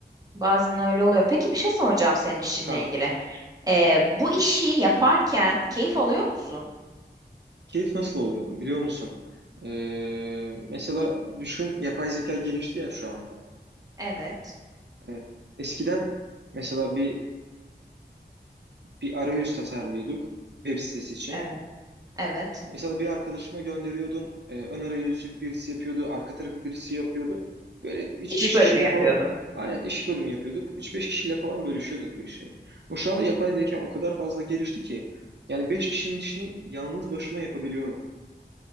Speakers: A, on the right (about 20°); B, on the right (about 75°).
A: Bazen öyle oluyor. Peki bir şey soracağım senin işinle
B: Efendim,
A: ilgili. Ee, bu işi yaparken keyif alıyor musun?
B: keyif nasıl oluyor biliyor musun? Ee, mesela düşün yapay zeka gelişti ya şu anda.
A: Evet,
B: Ee, eskiden mesela bir bir arayüz tasarlıyorduk web sitesi için.
A: evet, evet.
B: Mesela bir arkadaşıma gönderiyordum. E, ön arayüzü birisi yapıyordu. Arka tarafı birisi yapıyordu. Böyle üç
A: İş
B: beş
A: bölümü
B: kişiyle
A: yapıyordun.
B: falan aynen iş bölümü yapıyorduk. üç beş kişiyle falan bölüşüyorduk bu işi. Bu şu anda yapay zeka o kadar fazla gelişti ki yani 5 kişinin işini yalnız başıma yapabiliyorum.